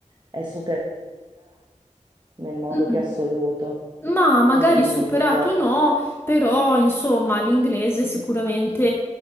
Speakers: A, on the right; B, on the left.
A: è superato nel modo
B: mm,
A: più assoluto
B: ma magari
A: come lingua.
B: superato no, però insomma l'inglese è sicuramente